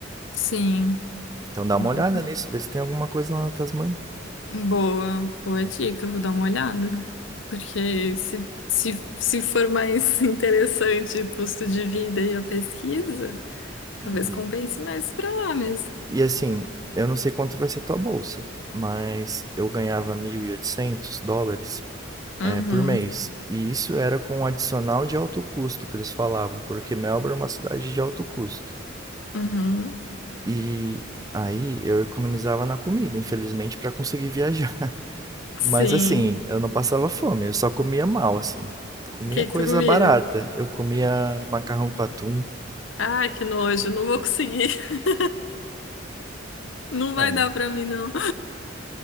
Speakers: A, on the left (about 75°); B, on the right (about 20°).
A: sim.
B: Então dá uma
A: Uhum.
B: olhada nisso, vê se tem alguma coisa lá na Tasmânia.
A: Boa, boa dica, eu vou dar uma olhada. Porque se, se, se for mais <laughs> interessante o custo de vida e a pesquisa. Talvez
B: Uhum.
A: compense mais pra lá mesmo.
B: E assim, eu não sei quanto vai ser tua bolsa, mas eu ganhava 1.800 dólares
A: Uhum,
B: é, por mês. E isso era com um adicional de alto custo que eles falavam, porque Melbourne é uma cidade de alto custo.
A: uhum.
B: E aí eu economizava na comida, infelizmente, para conseguir viajar. <laughs>
A: Sim.
B: Mas assim, eu não passava fome, eu só comia mal, assim. Comia
A: O que
B: coisa
A: que tu comia?
B: barata. Eu comia macarrão com atum.
A: Ah, que nojo, não vou conseguir. <laughs> Não
B: É.
A: vai dar pra mim, não.